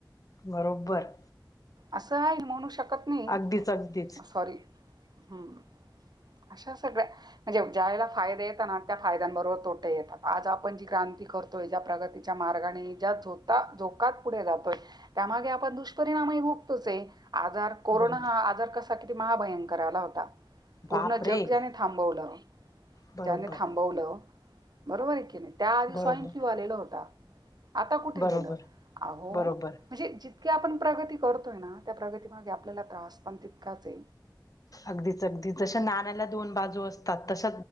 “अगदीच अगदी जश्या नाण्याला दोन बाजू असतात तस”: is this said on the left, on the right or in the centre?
Left